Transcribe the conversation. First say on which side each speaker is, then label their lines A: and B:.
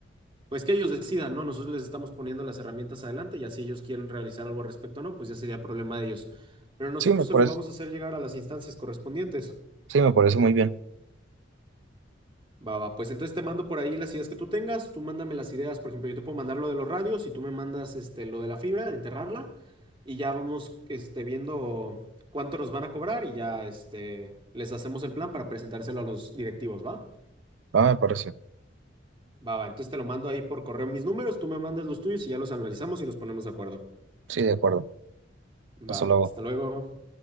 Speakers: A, on the right; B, on the right.
A: Pues que ellos decidan, ¿no? Nosotros les estamos poniendo las herramientas adelante y así ellos quieren realizar algo al respecto o no, pues ya sería problema de ellos. Pero nosotros
B: Sí, me parece,
A: se lo vamos a hacer llegar a las instancias correspondientes.
B: sí, me parece muy bien.
A: Va, va, pues entonces te mando por ahí las ideas que tú tengas, tú mándame las ideas, por ejemplo, yo te puedo mandar lo de los radios y tú me mandas este, lo de la fibra, de enterrarla y ya vamos este, viendo cuánto nos van a cobrar y ya este, les hacemos el plan para presentárselo a los directivos, ¿va?
B: Ah, me parece.
A: Va, va, entonces te lo mando ahí por correo mis números, tú me mandas los tuyos y ya los analizamos y nos ponemos de acuerdo.
B: Sí, de acuerdo.
A: Va,
B: Eso lo hago.
A: hasta luego.